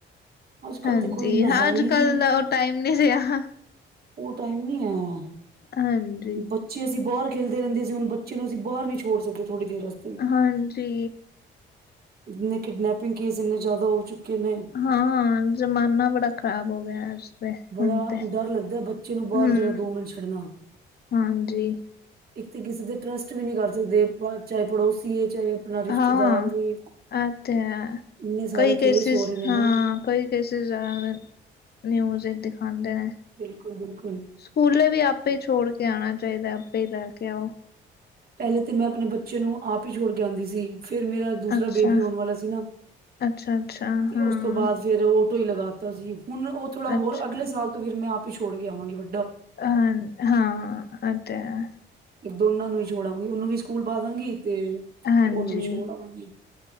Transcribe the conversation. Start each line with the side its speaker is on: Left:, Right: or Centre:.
Right: ਅੱਜ ਕੱਲ
Left: ਹਾਂਜੀ
Right: ਤੇ ਕੋਈ ਇੰਨਾ ਹੈ
Left: ਅੱਜ
Right: ਹੀ ਨਹੀਂ
Left: ਕੱਲ ਦਾ ਉਹ ਟਾਈਮ ਨਹੀਂ ਰਿਹਾ।
Right: ਉਹ ਟਾਈਮ ਨੀ ਆਇਆ
Left: ਹਾਂਡ।
Right: ਬੱਚੇ ਅਸੀਂ ਬਾਰ ਖੇਲਦੇ ਰੇਂਦੇ ਸੀ, ਹੁਨ ਬੱਚੇ ਨੂੰ ਅਸੀਂ ਬਾਰ ਨੀ ਛੋੜ ਸਕਦੇ ਥੋੜ੍ਹੀ ਦੇਰ ਆਸ
Left: ਹਾਂਜੀ।
Right: ਇਨੇ ਕਿਡਨੈਪਿੰਗ ਕੇਸ ਇੰਨੇ ਜ਼ਿਆਦਾ ਹੋ ਚੁੱਕੇ ਨੇ।
Left: ਹਾਂ ਜ਼ਮਾਨਾ ਬੜਾ ਖ਼ਰਾਬ ਹੋ ਗਿਆ ਅੱਜ ਤੇ।
Right: ਹਾਂ,
Left: ਤੇ।
Right: ਡਰ ਲੱਗਦਾਏ ਬੱ ਚੇ ਨੂੰ ਬਾਹਰ
Left: ਹੂੰ,
Right: ਜਰਾ ਦੋ ਮਿੰਟ ਛੱਡਣਾ।
Left: ਹਾਂਜੀ।
Right: ਇੱਕ ਤੇ ਕਿਸੇ ਦੇ ਟਰਸਟ ਵੀ ਨੀ ਕਰ ਸਕਦੇ, ਚਾਹੇ ਪੜੋਸੀ ਐ ਚਾਹੇ ਆਪਣਾ ਰਿਸ਼ਤੇਦਾਰ
Left: ਹਾਂ,
Right: ਵੀ
Left: ਆ ਤੇ ਹੈ,
Right: ਇੰਨੇ ਸਾਰੇ
Left: ਕਈ
Right: ਕੇਸ
Left: ਕੇਸਿਸ
Right: ਹੋ ਰਹੇ ਨੇ
Left: ਹਾਂ।
Right: ਨਾ
Left: ਕੋਈ ਕੇਸਜ ਜ਼ਿਆਦਾਤਰ ਨਿਊਜ਼ ਏਚ ਦਿਖਾਂਦੇ ਨੇ।
Right: ਬਿਲਕੁਲ-ਬਿਲਕੁਲ।
Left: ਸਕੂਲੇ ਵੀ ਆਪੇ ਛੋੜ ਕੇ ਆਣਾ ਚਾਹੀਦਾਏ, ਆਪੇ ਲੈ ਕੇ ਆਓ।
Right: ਪਹਿਲੇ ਤੇ ਮੈਂ ਆਪਣੇ ਬੱਚੇ ਨੂੰ ਆਪ ਹੀ ਛੋੜ ਕੇ ਆਂਦੀ ਸੀ, ਫਿਰ ਮੇਰਾ ਦੂਸਰਾ
Left: ਅੱਛਾ,
Right: ਬੇਬੀ ਹੋਨ ਵਾਲਾ ਸੀ ਨਾ,
Left: ਅੱਛਾ, ਅੱਛਾ
Right: ਤੇ
Left: ਹਾਂ,
Right: ਉਸ ਤੋਂ ਬਾਦ। ਫੇਰ ਔਟੋ ਈ ਲਗਾ ਤਾ ਸੀ। ਹੁਣ ਉਹ ਥੋੜਾ ਹੋਰ
Left: ਅੱਛਾ।
Right: ਅਗਲੇ ਸਾਲ ਤੋਂ ਫਿਰ ਮੈਂ ਆਪ ਹੀ ਛੋੜ ਕੇ ਆਵਾਂਗੀ ਵ
Left: ਅਨ ਹਾਂ ਐ ਤੇ ਹੈ।
Right: ਦੋਨਾਂ ਨੂੰ ਈ ਛੋੜ ਆਵਾਂਗੀ ਉਹਨੂੰ ਵੀ ਸਕੂਲ ਪਾ ਦਾਂਗੀ ਤੇ
Left: ਹਾਂਜੀ
Right: ਉਹਨੂੰ ਵੀ ਛੋੜ ਆਵਾਂਗੀ।